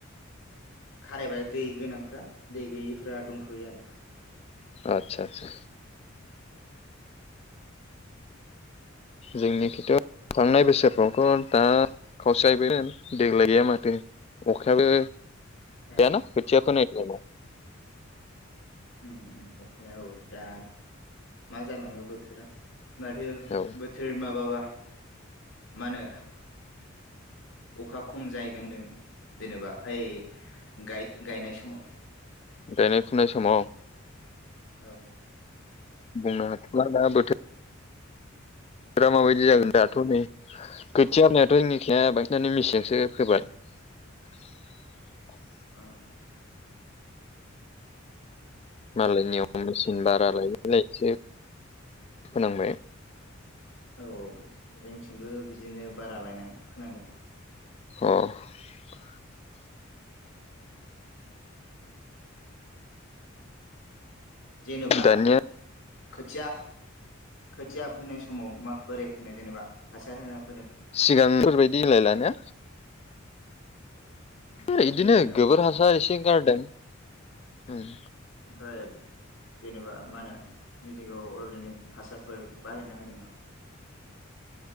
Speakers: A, on the left (about 75°); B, on the left (about 30°).
A: खारायबाय दै गोनांफ्रा दै गैयि <unintelligible> दंथयो आरो
B: आतसा आतसा। जोंनि खिथ थांनाय बोसोरफ्रावथ दा खावसेयबो देग्लाय गैया माथो अखायाबो
A: ए
B: दानिया खोथिया फोनायखौ <inaudible>
A: उम उम अखाया औ दा मा जालांङो बो- बोथोरा माथो
B: औ
A: बोथोर माबाबा मा होनो अखा खम जाहैग होनदों जेनेबा ओइ गाय गायनाय समाव
B: गायनाय फुनाय समाव
A: औ
B: बुंनो हाथआ दा बोथोर <unintelligible>
A: आ
B: मालायनियाव मेचिन भारा लायो बिलाइसे फोनांबाय
A: औ जोंथिंबो बिदिनो बारा लायनानै फोनांदों
B: ह
A: जेनेबा
B: दानिया
A: खोथिया खोथिया फोननाय समाव मा बोराय फोनो जेनेबा हासार होनांग
B: सिगांफोरबायदिलायला दानिया
A: ओमहो
B: बिदिनो
A: मिलायला मिलायनाया
B: गोबोर हासार एसे गारदों उम
A: ओमफ्राय जेनेबा मा होनो मिजिगआव अर्गेनिक हासारफोर बाहायना होदों नामा